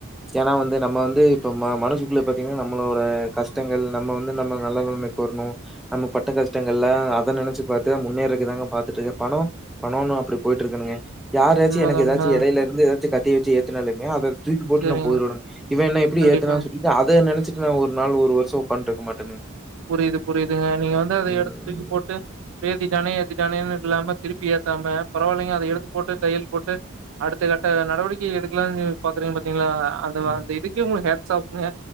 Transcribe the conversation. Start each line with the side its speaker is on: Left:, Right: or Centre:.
Centre: ஏன்னா வந்து நம்ம வந்து இப்ப ம மனசுக்குள்ள பாத்தீங்கன்னா நம்மளோட கஷ்டங்கள் நம்ம வந்து நம்ம நல்ல நிலமைக்கு வரணும் நம்ம பட்ட கஷ்டங்கள்ல அத நினைச்சு பாத்து முன்னேறக்குதாங்க பாத்துட்டு இருக்கேன் பணம் பணம்னு அப்டி போயிட்டு இருக்கணுங்க யாராச்சி
Right: உண்மதா
Centre: எனக்கு ஏதாச்சி
Right: உண்மதா
Centre: இடையில இருந்து எதாச்சு கத் ட்டி வெச்சி ஏத்துனாலுமே அது தூக்கி போட்றலாம்
Right: சேரிங்க
Centre: போயிறோனு இத என்ன எப்பிடி
Right: கண்டிப்பாங்க
Centre: ஏத்தனு சொல்லிட்டு அதை நினைச்சிட் ஒரு நாள் ஒரு வருஷம் உக்காண்டுக்கமாட்
Right: புரியுது புரியுதுங்க நீங்க வந்து அத
Centre: ம்.
Right: எடுத்து தூக்கி போட்டு வேதி ஏத்திடானே ஏத்திடானேன்னுங் இல்லாம திருப்பி ஏத்தாம பரவால்லீங்க அத எடுத்து போட்டு தையல் போட்டு அடுத்த கட்ட நடவடிக்கை எடுக்கலாம்னு பாக்குறீங்க பாத்தீங்குளா அத
Centre: ம்.
Right: அந்த இதுக்கே உங்க ஹேப் சாப்புங்க